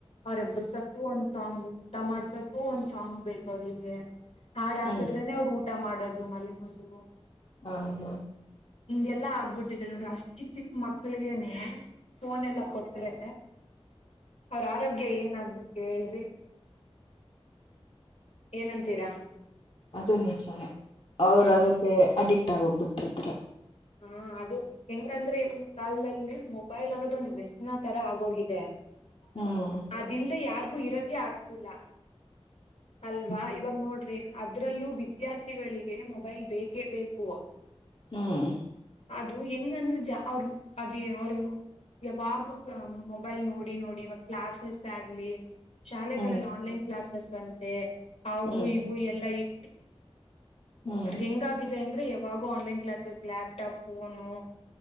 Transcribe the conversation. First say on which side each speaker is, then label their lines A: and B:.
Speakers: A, on the left; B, on the left.
A: ಅವ್ರ ಎಬ್ಬುರಸಕ್ಕೂ ಒಂದು ಸಾಂಗ್ ತಮಸಕೂ ಒಂದ್ ಸಾಂಗ್ ಬೇಕ ಅವ್ರವ್ಗೆ ಹಾಡ್ ಹಾಕಿದ್ರನೆೇ
B: ಹ್ಮ್
A: ಅವ್ರು ಊ ಊಟ ಮಾಡೋದು ಮಲ್ಗೊ ಹೋದು
B: ಹಾ ಹಾ
A: ಹಿಂಗೆಲ್ಲಾ ಆಗ್ಬಿಟ್ಟಿದೆ ನೋಡ್ರಿ ಅಷ್ಟಿ ಚಿಕ್ಕ ಮಕ್ಳಿಗೆ ನೀ ಫೋನ್ ಎಲ್ಲಾ ಕೊಟ್ರೆ ಅವ್ರ ಆರೋಗ್ಯ ಏನು ಹೇಳ್ರಿ ಏನಂತೀರಾ
B: ಅದ ನಿಜನೆ ಅವ್ರ
A: ಹ್ಮ್
B: ಅದಕ್ಕೆ ಅಡಿಕ್ಟ್ ಟ್ಟ ಹೋಗ್ಬಿಟ್ಟಿದ್ರ
A: ಹಾ ಅದು ಹೆಂಗಂದ್ರೆ ಇವನ್ ಕಲ್ದಲ್ಲಿ ಮೊಬೈಲ್ ಅನ್ನೋದೊಂದ್ ವ್ಯಸಿನ ತರ ಆಗೋಗಿದೆ
B: ಹ್ಮ್
A: ಅದಿಂದ ಯಾರದು ಇರಕೆ ಆಗ್ತಿಲ್ಲ ಅಲ್ವಾ
B: ಹ್ಮ್
A: ಇವಾಗ
B: ಸರಿ
A: ನೋಡ್ರಿ ಅ ಅದ್ರಲ್ಲೂ ವಿದ್ಯಾರ್ಥಿಗಳಿಗೆ ಮೊಬೈಲ್ ಬೇಕೇ ಬೇಕು
B: ಹ್ಮ್
A: ಅದು ಹೆಂಗಂದ್ರೆ ಜ ಅವರು ಅದು ಅವರು ಯಾವಾಗೂ ಮೊಬೈಲ್ ನೋಡಿ ನೋಡಿ ಇವಾಗ ಕ್ಲಾಸಸ್ ಆಗ್ಲಿ ಶಾಲೆಗಳೆಲ್ಲ
B: ಹ್ಮ್
A: ಆನ್ಲೈನ್ ಕ್ಲಾಸಸ್ ಸಂತೆ ಹವು
B: ಹ್ಮ್
A: ಇವು ಎಲ್ಲ ಇ <inaudible>
B: ಹ್ಮ್
A: ಅವರ್ಗ್ ಹೆಂಗಾಗಿದೆ ಯಾವಾಗೋ ಆನ್ಲೈನ್ ಕ್ಲಾಸಸ್ ಲ್ಯ್ಪ್ಟಾಪ್ ಫೋನು